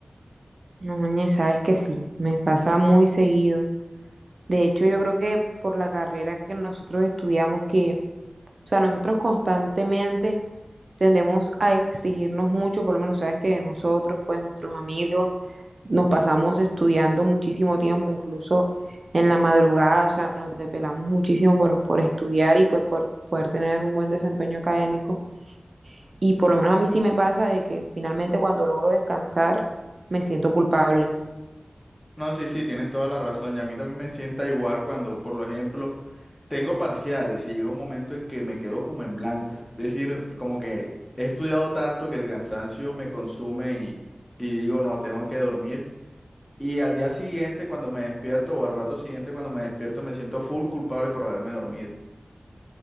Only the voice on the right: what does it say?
No, ñe, sabes que sí, me pasa muy seguido. De hecho, yo creo que por la carrera que nosotros estudiamos, que, o sea, nosotros constantemente tendemos a exigirnos mucho, por lo menos sabes que nosotros, pues nuestros amigos, nos pasamos estudiando muchísimo tiempo, incluso en la madrugada, o sea, nos desvelamos muchísimo por, por estudiar y pues por poder tener un buen desempeño académico. Y por lo menos a mí sí me pasa de que finalmente cuando logro descansar me siento culpable.